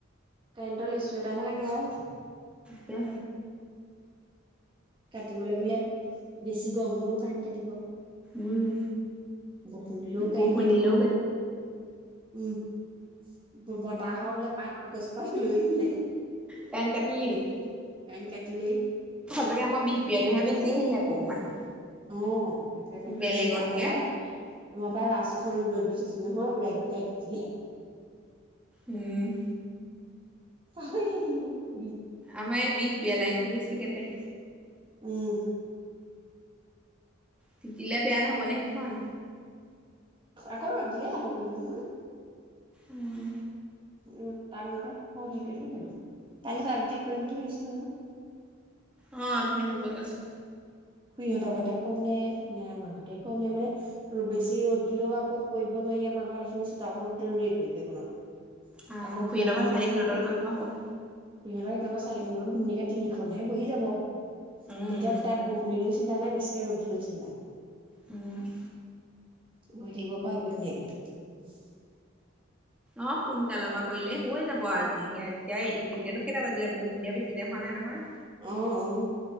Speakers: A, on the right; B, in the centre.
A: কাৰেণ্টৰ লিছো এটাহে লাগে আৰু
B: তাকে
A: কাটিবলৈ বোলে বেছি গৰম হলেও কাৰেণ্ট কাটিব
B: উম
A: বৰষুণ দিলেও কাইন
B: বৰষুণ
A: কাটিব
B: দিলেও
A: উম । বতাহৰ বোলে পাত গছপাত । লৈ আহিলে
B: কাৰেণ্ট কাটিলি
A: কাইন কাটিলেই
B: তাকে আমাৰ বিয়াতটোহে বেছি সে আকৌ মানে
A: অ এতিয়া কাৰানটো
B: বেলেগতকে
A: গৈছে আমা পাই আমাৰ পৰাায় ৰাজখৰনো দৈত । দি থৈছিল নহয় উৰাই ঘুৰাই তিতিলে ।
B: উম।
A: পাহই থাকিলো বাঅ ।
B: আমাৰ এই বি য়া লাইনটো বেছি কাটে।
A: উম ।
B: তিতিলে বেয়া নহব নে সেই । বন
A: আকৌ ৰ'দ দিলে ভাল হৈ পৰিব নহয়
B: উম।
A: উ তাৰমানে ৰ'দত হেৰি কৰিব লাগিব কাইলে তাত বাতি কৰিম বুলি ভাবিছিলো মই ।
B: অ অথনি বৌকে কৈছিলে ।
A: খুড়াহঁতৰ ঘতে কওঁ নে নে আমাঘতে কওঁ নে মানে বেছি ৰ'দ দিলও আকৌ কৰিব নোৱাৰি আমাঘৰত এইখিনি চোতালখন <unintelligible>
B: অ
A: আকৌ
B: খুৰীহঁতৰ
A: বৰষুণ
B: ঘৰ চালিখনৰ
A: দিলেও
B: তলত
A: সেই
B: কৰিব পৰা হ'ব
A: সহঁতৰ সেই । এনেও ধুনীয়াকে । তিনিখনহে বহি যাব
B: উম
A: তেতিয়া তাত বৰষুণ দিলেও চিন্তা নাই বেছি । ৰ'দ দি লৈছিলে ।
B: উম ।
A: বহি থাকিব পাৰিব ধুনীয়াকে ।
B: অ সোনকালৰ পৰা কৰিলে হৈ যাব । আহিব আজি সেয়া এতিয়া এতিয়ানো কেইটা বাজিলে বৰষুণ দিয়া বেছি টাইম হোৱা নাই নহয়
A: অ অ